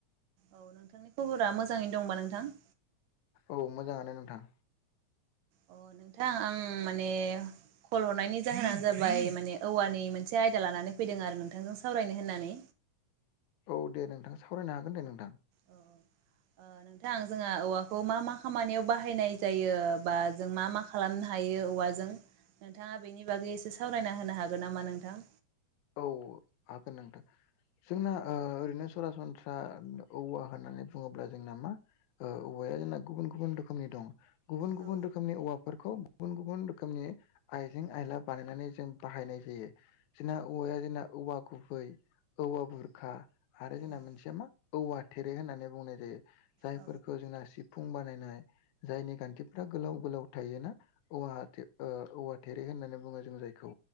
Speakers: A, on the right (about 75°); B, on the left (about 85°).
A: औ नोंथांनि खबरा मोजाङैनो दंबा नोंथां?
B: औ मोजाङानो नोंथां।
A: अ नोंथां आं माने खल हरनायनि जाहोनानो जाबाय माने औवानि मोनसे आयदा लानानै फैदों आरो नोंथांजों सावरायनो होननानै।
B: औ दे नोंथां सावरायनो हागोन दे नोंथां।
A: अ। ओ नोंथां जोंहा औवाखौ मा मा खामानियाव बाहायनाय जायो बा जों मा मा खालामनो हायो औवाजों नोंथाङा बेनि बागै एसे सावरायना होनो हागोन नामा नोंथां?
B: औ हागोन नोंथां जोंना ओ ओरैनो सासनस्रा ओ औवा होननानै बुङोब्ला जोंना मा ओ‌ औवाया जोंना गुबुन गुबुन रोखोमनि दं। गुबुन गुबुन
A: औ
B: रोखोमनि औवा फोरखौ गुबुन गुबुन रोखोमनि आइजें आयला बानायनानै जों बाहायनाय जायो जोंना औवाया जोंना औवा गुबै औवा बुरखा आरो जोंना
A: औ
B: मोनसेया मा औवा थेरे होननानै बुंनाय जायो जायफोरखौ
A: औ
B: जोंना सि फुं बानायनाय जायनि गान्थिफ्रा गोलाव गोलाव थायोना औवा <unintelligible> ओ औवा थेरे होननानै बुङो जों जायखौ